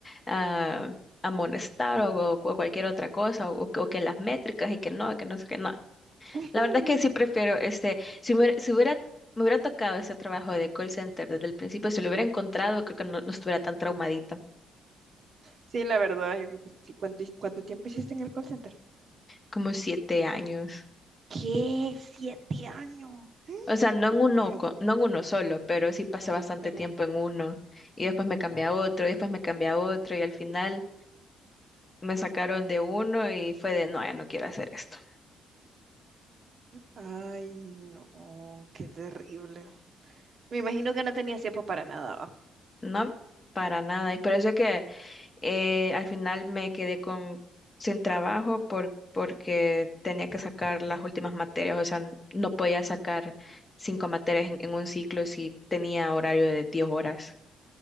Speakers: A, on the left (about 20°); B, on the right (about 35°).
A: a a amonestar o, o cualquier otra cosa o, o que las métricas y que no, que no sé qué, no.
B: <laughs>
A: La verdad es que sí prefiero, este, si me, hubiera, si hubiera- me hubiera tocado ese trabajo de call center desde el principio, si lo hubiera encontrado, creo que no, no estuviera tan traumadita,
B: Sí, la verdad, yo creo que sí. ¿Cuánto, cuánto tiempo hiciste en el call center?
A: como siete años.
B: ¿Qué? ¿Siete años? <gasps>
A: O sea, no
B: Dios
A: en uno,
B: mío.
A: co- no en uno solo, pero sí pasé bastante
B: Ujú.
A: tiempo en uno y después me cambié a otro y después me cambié a otro y al final me sacaron de uno y fue de, no, ya no quiero hacer esto.
B: Ay, no, qué terrible. Me imagino que no tenía tiempo para nada. ¿va?
A: No, para nada. Y por eso que Eh, al final me quedé con, sin trabajo por, porque tenía que sacar las últimas materias, o sea, n- no podía sacar cinco materias en, en un ciclo si tenía horario de 10 horas.